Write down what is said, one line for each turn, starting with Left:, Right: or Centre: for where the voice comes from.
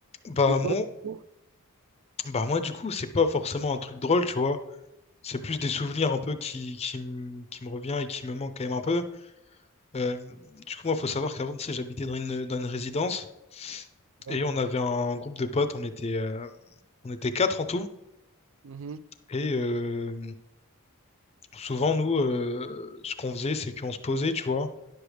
Left: Bah
Right: Et toi,
Left: moi,
Right: du coup?
Left: bah moi du coup, c'est pas forcément un truc drôle, tu vois. C'est plus des souvenirs un peu qui, qui, m- qui me revient et qui me manque quand même un peu. Euh, du coup, moi, faut savoir qu'avant, tu sais, j'habitais dans une, dans une résidence
Right: Ouais.
Left: et on avait un groupe de potes, on était, euh, on était quatre en tout.
Right: Mhm.
Left: Et euh, souvent, nous, euh, ce qu'on faisait, c'est qu'on se posait, tu vois.